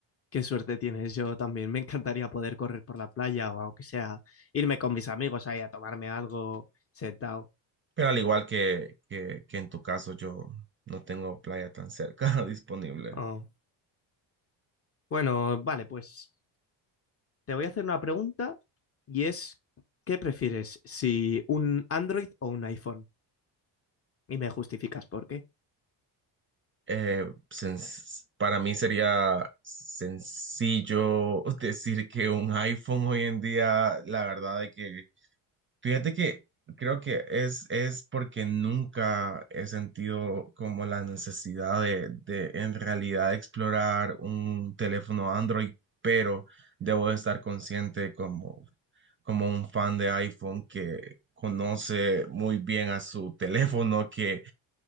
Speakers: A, on the left; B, on the right.
A: Qué suerte tienes, yo también. Me encantaría poder correr por la playa o aunque sea irme con mis amigos ahí a tomarme algo sentado.
B: Pero al igual que, que, que en tu caso, yo no tengo playa tan cerca <laughs> disponible.
A: Oh. Bueno, vale, pues te voy a hacer una pregunta y es, ¿qué prefieres? ¿Si un Android o un iPhone? Y me justificas por qué.
B: Eh, sens- para mí sería sencillo <laughs> decir que un iPhone hoy en día, la verdad es que Fíjate que creo que es, es porque nunca he sentido como la necesidad de, de en realidad explorar un teléfono Android, pero debo de estar consciente como, como un fan de iPhone que conoce muy bien a su teléfono, que